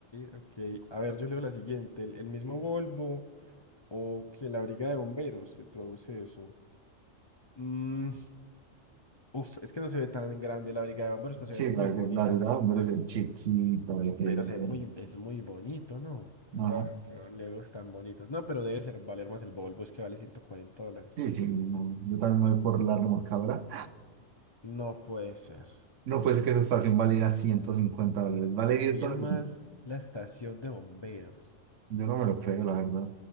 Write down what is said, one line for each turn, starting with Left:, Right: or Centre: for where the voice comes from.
Left: ok. A ver, yo leo la siguiente. El, el mismo Volvo o que la briga de bomberos se traduce eso. Mm, Uf, es que no se ve tan grande la brigada de bomberos, pero se
Right: Sí,
Left: ve muy
Right: la,
Left: bonita.
Right: la verdad, hombre,
Left: se-
Right: es de chiquita, ya te
Left: pero
Right: digo,
Left: se ve
Right: bueno.
Left: muy, es muy bonito, ¿no? Buah,
Right: Ajá.
Left: qué legos tan bonitos. No, pero debe ser valer más el Volvo, es que vale 140 dólares.
Right: Sí, sí, no, yo también me voy por la remolcadora.
Left: No puede ser.
Right: No puede ser que esa estación valiera 150 dólares. Vale
Left: Valía
Right: 10 dólares.
Left: más
Right: No,
Left: la estación de bomberos.
Right: yo no me lo creo, la verdad.